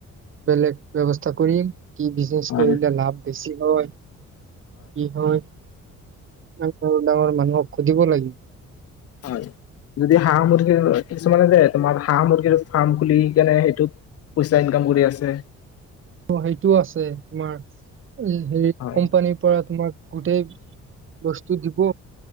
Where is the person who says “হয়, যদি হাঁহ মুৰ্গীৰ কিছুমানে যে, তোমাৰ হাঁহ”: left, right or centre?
Left